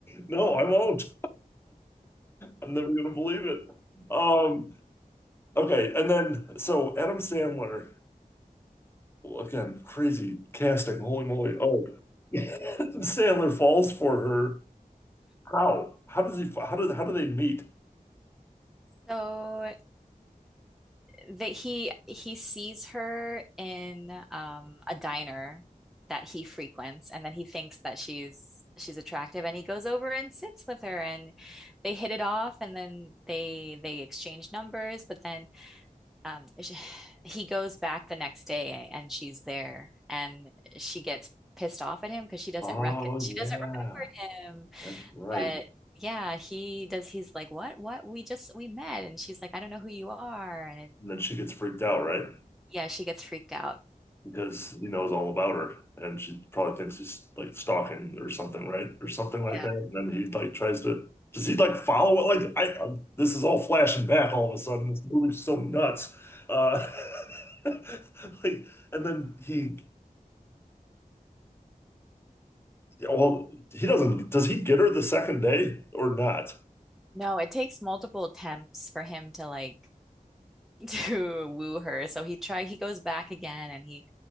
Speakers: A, on the left (about 15°); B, in the centre.
A: No, I won't. I'm never gonna believe it. Um, okay, and then so Adam Sandler. well, again, crazy casting. Holy moly! Oh, <laughs> Sandler falls for her. How? How does he? How do? How do they meet?
B: So that he he sees her in um a diner that he frequents and then he thinks that she's she's attractive and he goes over and sits with her and they hit it off and then they they exchange numbers but then um <sighs> sh he goes back the next day and she's there and she gets pissed off at him because she doesn't
A: Oh
B: rec she
A: yeah,
B: doesn't remember him
A: that's right.
B: but yeah, he does. He's like, "What? What? We just we met." And she's like, "I don't know who you are." And
A: And then she gets freaked out, right?
B: yeah, she gets freaked out.
A: Because he knows all about her, and she probably thinks he's like stalking or something, right? Or something like
B: Yeah.
A: that. And then he like tries to. Does he like follow it? Like I, i this is all flashing back all of a sudden. This movie's so nuts. Uh, <laughs> like, and then he Well, he doesn't. Does he get her the second day or not?
B: No, it takes multiple attempts for him to like <laughs> to woo her. So he try he goes back again and he